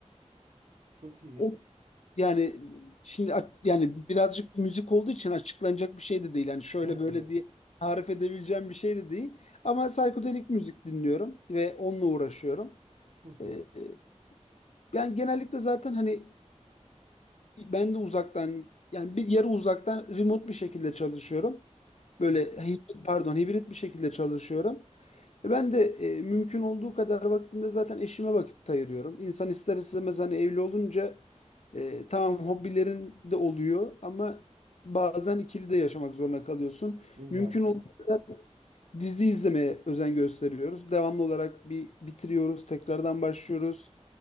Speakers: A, on the right; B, on the left.
A: çok iyi.
B: O Yani şimdi aç- yani birazcık müzik olduğu için açıklanacak bir şey de değil. Yani
A: <laughs>
B: şöyle
A: Evet.
B: böyle diye tarif edebileceğim bir şey de değil. Ama psikodelik müzik dinliyorum ve onunla uğraşıyorum.
A: Hı hı.
B: Ee, e, ben genellikle zaten hani ben de uzaktan yani bir yarı uzaktan remote bir şekilde çalışıyorum.
A: Hı
B: Böyle
A: hı.
B: hibrit, pardon hibrit bir şekilde çalışıyorum. E Ben de e, mümkün olduğu kadar vaktimde zaten eşime vakit ayırıyorum. İnsan ister istemez hani evli olunca e, tamam hobilerin de oluyor ama bazen ikili de yaşamak zorunda kalıyorsun.
A: İlla
B: Mümkün
A: ki.
B: olduğu kadar dizi izlemeye özen gösteriyoruz. Devamlı olarak bir bitiriyoruz, tekrardan başlıyoruz.